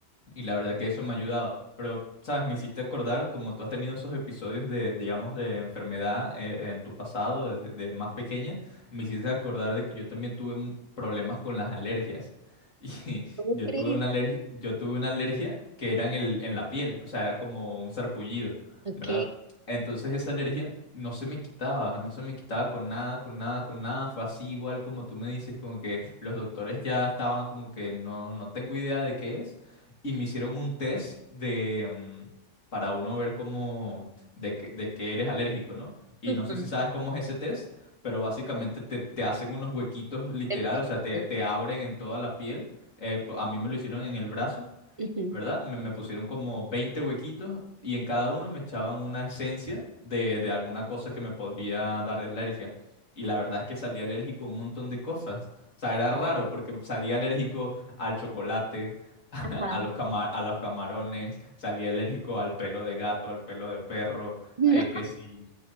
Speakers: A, on the left; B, on the right.
A: y la verdad que eso me ha ayudado. Pero, ¿sabes? Me hiciste acordar, como tú has tenido esos episodios de, digamos, de enfermedad eh, en tu pasado, de, de más pequeña, me hiciste acordar de que yo también tuve mu- problemas con las alergias. <laughs> Y
B: ¿Cómo
A: yo
B: crees?
A: tuve una alergia, yo tuve una alergia que era en el, en la piel, o sea, era como un sarpullido,
B: Okay.
A: ¿verdad? Entonces esa alergia no se me quitaba, no se me quitaba con nada, con nada, con nada. Fue así igual como tú me dices, como que los doctores ya estaban como que no, no tengo idea de qué es y me hicieron un test de mm, para uno ver cómo de, qué- de qué eres alérgico, ¿no? Y
B: Ujú.
A: no sé si sabes cómo es ese test, pero básicamente te, te hacen unos huequitos literal,
B: Te-
A: o sea, te,
B: pican.
A: te abren en toda la piel. Eh, po- a mí me lo hicieron en el brazo,
B: Ujú.
A: ¿verdad? Me, me pusieron como 20 huequitos y en cada uno me echaban una esencia de, de alguna cosa que me podría dar alergia. Y la verdad es que salí alérgico a un montón de cosas. O sea, era raro porque salí alérgico al chocolate, <laughs>
B: Ajá.
A: a los cama- a los camarones, salía alérgico al pelo de gato, al pelo de perro,
B: No
A: eh, que sí,